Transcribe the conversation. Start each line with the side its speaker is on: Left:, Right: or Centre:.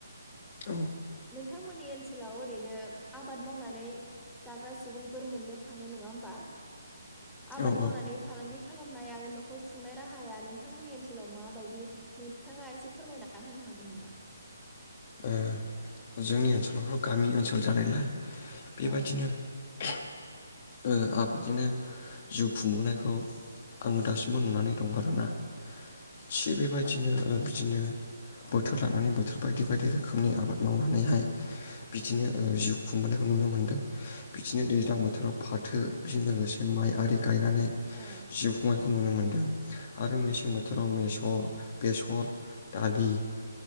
Left: औ।
Centre: नोंथांमोननि ओनसोलाव ओरैनो आबाद मावनानै जाग्रा सुबुंफोर मोननो थाङो नङा होमबा आबाद
Left: औ ओ
Centre: मावनानै फालांगि खालामनाय आरो नखर खुंनाय राहाया नोंथांमोननि ओनसोलाव माबायदि नोंथांङा एसे फोरमायना होनो हागोन नामा?
Left: ओ जोंनि ओनसोलावथ' गामि ओनसोल जानायलाय बेबादिनो
Centre: औ
Left: ओ आबादजोंनो जिउ खुंबोनायखौ आंङो दासिमबो नुनानै दं आरोना। थि बेबायदिनो
Centre: औ
Left: बिदिनो बोथोर लानानै बोथोर बायदि बायदि रोखोमनि आबाद मावनानैहाय बिदिनो जिउ खुंबोनायखौ नुनो मोनदों बिदिनो दैज्लां बोथोर फाथो बेजों लोगोसे माइ आरि गायनानै
Centre: औ।
Left: जिउ खुंनायखौ नुनो मोन्दों आरो मेसें बोथोराव मेस बेसर दालि